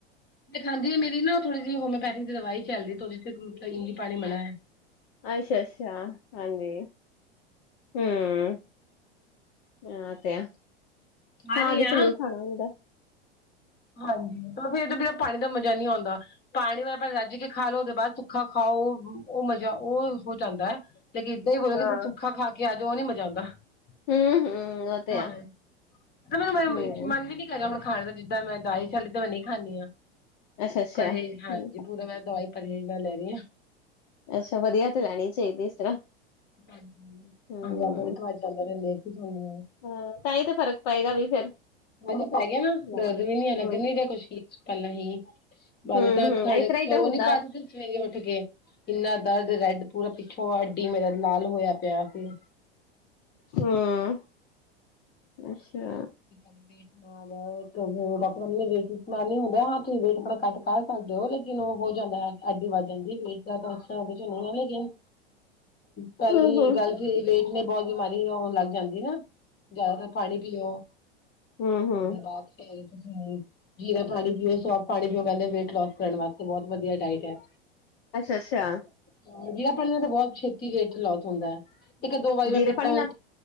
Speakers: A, on the left (about 30°); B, on the left (about 50°).
A: ਤੇਖ ਖਾਂਦੀ ਹੈ ਮੇਰੀ ਨਾ ਥੋੜੀ ਜਿਹੀ ਹੋਮਿਓਪੈਥੀ ਦੀ ਦਵਾਈ ਚੱਲਦੀ ੋੜੀ ਤੇ ਇੰਨੀ ਪਾਣੀ ਮਨਾ ਹੈ
B: ਅੱਛਾ ਅੱਛਾ ਹਾਂਜੀ ਹਮ ਆਹ ਤੇ ਆ
A: ਆ
B: ਹਾਂ
A: ਰਹੀ
B: ਉਹਦੇ
A: ਆ।
B: ਚ ਨਹੀਂ ਖਾਣਾ ਹੁੰਦਾ
A: ਹਾਂਜੀ ਤੇ ਫਿਰ ਇਹ ਤੋਂ ਬਿਨਾਂ ਪਾਣੀ ਦਾ ਮਜ਼ਾ ਨਹੀਂੀ ਆਉਂਦਾ ਪਾਣੀ ਵ ਆਪ ਰੱਜ ਕੇ ਖਾ ਲੋ ਉਹਦੇ ਬਾਅਦ ਸੁੱਖਾ ਖਾਓ ਉਹ ਮਜ਼ਾ ਉਹ ਹੋ ਜਾਂਦਾ ਲੇਕਿਨ ਇਦ ਹੀ ਬੋਲ
B: ਹਾਂ
A: ਤੁਸੀ ਸੁੱਖਾ ਖਾ ਕੇ ਆ ਜਾਓ ਨੀਜ਼ਾਉਂਦਾ
B: ਹੂੰ-ਹੂੰ ਉਹ ਤੇ
A: ਹਾਂ
B: ਆ
A: ਮੈ
B: ਹੂੰ
A: ਮਾਨ ਵੀ ਨਹੀਂ ਹੈਗਾ ਹੁਣ ਖਾਣ ਦਾ ਜਿੱਦਾਂ ਮੈਂ ਦਾਲ ਾਲੀ ਤੇ ਮੈਂ ਨਹੀਂ ਖਾਂਦੀ ਹਾਂ
B: ਅੱਛਾ-ਅੱਛਾ
A: ਪਰਹੇਜ਼
B: ਹੂੰ
A: ਹਾਂਜੀ ਪੂਰਾ ਮੈਂ ਦਵਾਈ ਪਰਹੇਜ਼ ਨਾਲੈਂ ਲੈ ਰਹੀ ਹਾਂ
B: ਅੱਛਾ ਵਧੀਆ ਤੇ ਲੈਣੀ ਚਾਹੀਦੀ ਇਸ ਤਰ੍ਹਾਂ
A: ਹਾਂਜੀ
B: ਹੂੰ
A: ਹਾਂ ਲਦਾਾ ਵੀਥੋਂ ਅੱਜ ਜਾਂਦੇ ਰਹਿੰਦੇ ਆ ਸੁਣ
B: ਹਾਂ, ਤਾਂ ਹੀ, ਤਾਂ ਫਰਕ ਪਏਗਾ। ਵੀ ਫੇਰ,
A: ਮੈਂ ਕਿਹਾ, ਪੈ ਗਿਆ ਨਾ।
B: ਲਵਾਂਗੇ
A: ਦਰਦ ਵੀ ਨੀ ਆ। ਲੱਗ
B: ਹੂੰ
A: ਨੀ ਰਿਹਾ ਕੁਛ ਪਹਿਲਾਂ ਹੀ ਪਹਲੇ
B: ਹੂੰ-ਹੂੰ
A: ਤਾਂ, ਖੜੇ
B: ਇਸ ਤਰ੍ਹਾਂ ਹੀ
A: ਘਿਓ
B: ਤਾਂ ਹੁੰਦਾ
A: ਨਹੀਂ ਪਾਇਆ
B: ਵਾ
A: ਦੁੱਧ ਚ। ਸਵੇਰੇ ਉੱਠ ਗੇ। ਇੰਨਾ ਦਰਦ, ਰੈਡ ਪੂਰਾ ਪਿੱਛੋਂ, ਅੱਡੀ ਮੇਰਾ ਲਾਲ, ਹੋਇਆ ਪਿਆ ਸੀ।
B: ਹੂੰ, ਅੱਛਾ।
A: ਕਰਦੇ ਵੇ। ਹਾਂ, ਬਹੁਤ ਪੂਰਾ ਸਵੈਲਿੰਗ, ਹੋ ਗਿਆ ਹੱਥ। ਵੇਟ ਆਪਣਾ ਘਟ, ਕਰ ਸਕਦੇ ਹੋ, ਲੇਕਿਨ ਉਹ ਬਹੁਤ ਜਿਆਦਾ ਹੈ। ਐਡੀ ਵੱਧ ਜਾਂਦੀ। ਵੇਟ ਦਾ ਤਾਂ ਅਸਰ, ਉਹਦੇ ਚ ਨਹੀਂ ਹੈ। ਲੇਕਿਨ ਪਹਿਲੀ
B: ਹੂੰ-ਹੂੰ
A: ਗੱਲ, ਵੇਟ ਨੇ, ਬਹੁਤ ਬਿਮਾਰੀ ਹੋਰ ਲੱਗ ਜਾਂਦੀ ਨਾ। ਜ਼ਿਆਦਾਤਰ ਪਾਣੀ ਪੀਓ।
B: ਹੂੰ-ਹੂੰ
A: <unintelligible> ਦੇ ਬਾ ਤੁਸੀਂ ਜੀਰਾ ਪਾਣੀ ਪੀਓ, ਸੋਫ ਪਾਣੀ ਪੀਓ, ਕਹਿੰਦੇ ਵੇਟ ਲੋਸ ਕਰਨ ਵਾਸਤੇ, ਬਹੁਤ ਵਧੀਆ ਡਾਇਟ ਹੈ।
B: ਅੱਛਾ- ਅੱਛਾ।
A: ਹ ਜੀੜਾ ਪਾਣੀ ਨਾਲ ਤਾਂ, ਬਹੁਤ ਛੇਤੀ ਵੇਟ ਲੋਸ ਹੁੰਦਾ ਹੈ। ਇਕ, ਦੋ ਵਾਰੀ ਮੈਂ
B: ਜੀਰੇ
A: ਪੀਤਾ।
B: ਪਾਣੀ ਨਾਲ